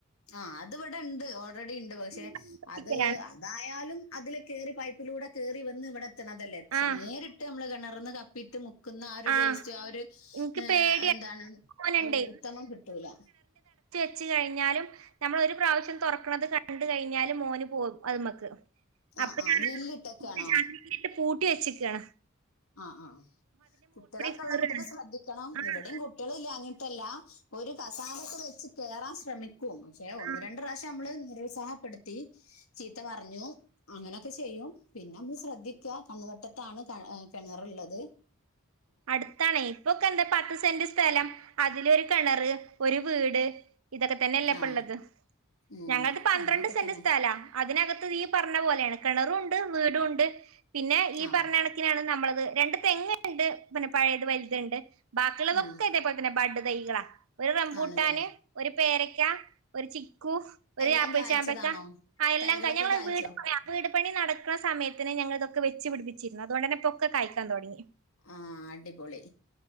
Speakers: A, on the left; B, on the right.
A: ആ അത് ഇവടെണ്ട് ഓൾറെഡി ഇണ്ട് പക്ഷെ
B: സമയത്ത് പിടിക്കലാണ്
A: അത് അതായാലും അതില് കയറി പൈപ്പിലൂടെ കയറി വന്ന് ഇവിടെ എത്തണതല്ലേ
B: ആ
A: നേരിട്ട് നമ്മള് കിണർന്ന് കപ്പിട്ട് മുക്ക് ക്കുന്ന ആ ഒരു
B: ആഹ്
A: ടേസ്റ്റ് ആ ഒരു
B: ഇൻക്ക് പേടിയാ
A: എന്താണ്
B: മോനുണ്ടേ
A: ഉത്തമം കിട്ടൂല
B: വച്ച് കഴിഞ്ഞാലും നമ്മള് ഒരു പ്രാവശ്യം തുറക്കണത് കണ്ട കഴിഞ്ഞാലും മോന് പോകും അത് മ്മക്ക്
A: ആ
B: അപ്പ
A: ആ
B: ഞാൻ
A: ഗ്രില്ലിട്ടൊക്കെയാണോ
B: <unintelligible> ഇട്ട് പൂട്ടി വെച്ചക്കാണ്
A: ആ ആ കുട്ടിയെളൊക്കെ
B: കേറാണ്
A: ഉള്ള വീട്ടില് ശ്രദ്ധിക്കണം.
B: ആഹ്
A: ഇവിടെയും കുട്ടികള് ഇല്ലാഞ്ഞിട്ടല്ല. ഒരു കസാ ലൊക്കെ വെച്ച് കേറാൻ ശ്രമിക്കും പക്ഷെ ഒന്ന്
B: ആഹ്
A: രണ്ട് പ്രാവശ്യം നമ്മള് നിരുൽ സാഹപ്പെടുത്തി ചീത്ത പറഞ്ഞു അങ്ങനെയൊക്കെ ചെയ്യും പിന്നെ നമ്മള് ശ്രദ്ധിക്ക കണ്ണുവട്ടത്താണ് ക കിണറ്ള്ളത്
B: അടുത്താണെ ഇപ്പൊക്കെ എന്താ പത്ത് സെന്റ് സ്ഥലം അതിലൊരു കെണറ് ഒരു വീട് ഇതൊക്കെ തന്നെയല്ലേ ഇപ്പള്ളത്
A: ആ ഉം
B: ഞങ്ങളത് പന്ത്രണ്ട്
A: അങ്ങനൊക്കെ
B: സെന്റ്
A: തന്നെ
B: സ്ഥലാ അതിനകത്ത് ഈ പറഞ്ഞ പോലെയാണ് കിണറുംണ്ട് വീടുംണ്ട് പിന്നെ ഈ
A: ആ
B: പറഞ്ഞ കണക്കിനാണ് നമ്മളത് രണ്ട് തെങ്ങ്ണ്ട് പിന്നെ പഴയത് വലുത് ഉണ്ട് ബാക്കിയുള്ളതൊക്കെ
A: ഉം
B: ഇത് പോലെ തന്നെ ബഡ് തൈകളാ ഒരു റംമ്പൂട്ടാന്
A: ആണല്ലേ
B: ഒരു പേരയ്ക്ക ഒരു ചി ക്കു, ഒരു
A: എല്ലാം
B: ആപ്പിൾ
A: കായ്ച്ചതാണോ
B: ചാമ്പക്ക ആ എല്ലാം
A: തൈകളൊക്കെ
B: കയ് ഞങ്ങള്
A: കായ്ച്ചോ
B: വീട് പണ്യാ വീട് പണി നടക്ണ സമയത്തിന് ഞങ്ങൾ ഇതക്കെ വെച്ച് പിടിപ്പിച്ചിരുന്നു അതുകൊണ്ട് തന്നെ ഇപ്പൊക്കെകായിക്കാൻ തുടങ്ങി
A: ആ അടിപൊളി